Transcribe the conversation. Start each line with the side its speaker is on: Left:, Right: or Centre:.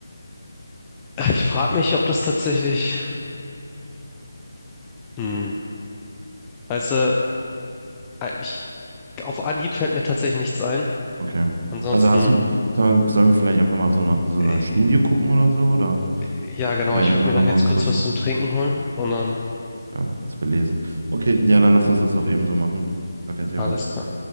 Left: Äh, Ich frage mich, ob das tatsächlich, hm, weißt du, Äh, Ich, auf Anhieb fällt mir tatsächlich nichts ein.
Right: Okay.
Left: Ansonsten,
Right: Also, also sollen, sollen wir vielleicht einfach mal so eine, so
Left: äh,
Right: eine Studie gucken oder so? Oder
Left: ja genau,
Right: vielleicht
Left: ich
Right: einfach
Left: würde mir
Right: nochmal
Left: dann jetzt
Right: kurz,
Left: kurz was zum Trinken holen und dann
Right: einfach kurz belesen. Okay, ja, dann lass uns das doch eben so machen. Gar kein Thema.
Left: alles klar.